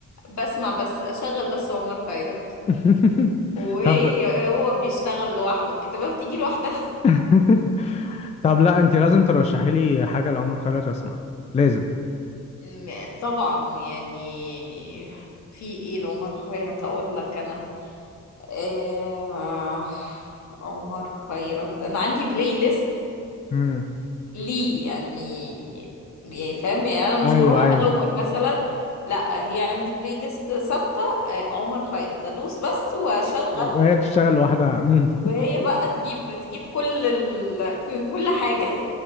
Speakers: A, on the left (about 65°); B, on the left (about 25°).
A: بسمع بس اشغل بس عمر خيرت
B: <laughs>
A: وهي
B: طب
A: هو بيشتغل لوحده الكتابه بتيجي لوحدها
B: <laughs> طب لا انت لازم ترشحي لي حاجه لعمر خيرت اسمعها لازم
A: م- طبعا يعني في ايه لعمر خيرت اقول لك انا آه عمر خيرت انا عندي بلاي ليست
B: امم
A: ليه يعني يعني فاهم يعني انا مش
B: ايوه
A: بروح
B: ايوه
A: ادور مثلا لا هي عندي بلاي ليست ثابته آه، عمر خيرت ادوس بس واشغل
B: وهي بتشتغل لوحدها امم
A: وهي بقى تجيب تجيب كل ال... من كل حاجه